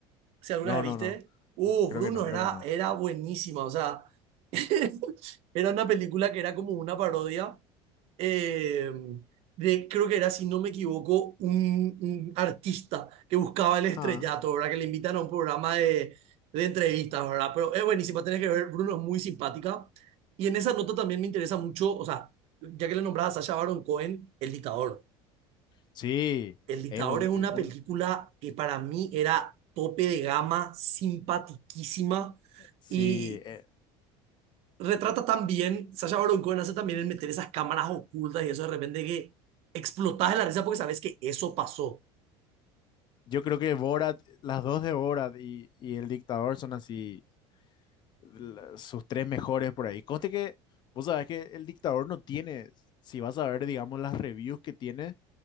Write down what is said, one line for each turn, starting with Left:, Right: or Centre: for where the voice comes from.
Right: si alguna
Left: No,
Right: vez
Left: no,
Right: viste.
Left: no.
Right: Uh,
Left: Creo
Right: Bruno
Left: que no, creo
Right: era,
Left: que no.
Right: era buenísima, o sea, <laughs> era una película que era como una parodia eh, de, creo que era, si no me equivoco, un, un artista que buscaba el estrellato,
Left: Ja.
Right: ¿verdad? Que le invitan a un programa de, de entrevistas, ¿verdad? Pero es buenísima, tenés que ver, Bruno es muy simpática. Y en esa nota también me interesa mucho, o sea, ya que le nombraba a Sacha Baron Cohen, el dictador.
Left: Sí,
Right: El dictador
Left: es bonito.
Right: es una
Left: Un,
Right: película que para mí era tope de gama, simpatiquísima
Left: sí,
Right: y
Left: eh,
Right: retrata también, Sasha Baron Cohen hace también el meter esas cámaras ocultas y eso de repente que explotás de la risa porque sabes que eso pasó.
Left: yo creo que Borat, las dos de Borat y, y El Dictador son así, la- sus tres mejores por ahí. Conste que, vos sabés que El Dictador no tiene, si vas a ver, digamos, las reviews que tiene,